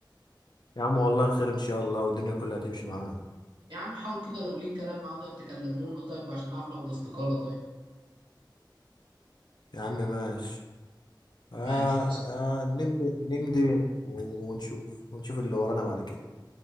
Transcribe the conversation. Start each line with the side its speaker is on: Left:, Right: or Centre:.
Left: يا عم والله خير ان شاء الله والدنيا كلها هتمشي معانا
Right: يا عم حاول كده لو ليك كلام معاه طيب تكلمونا طيب عشان نعرف ناخد استقالة طيب
Left: يا عم ماشي
Right: ماشي
Left: آه
Right: يا اسطى
Left: آه نمضي نمضي ونشوف ونشوف اللي ورانا بعد كده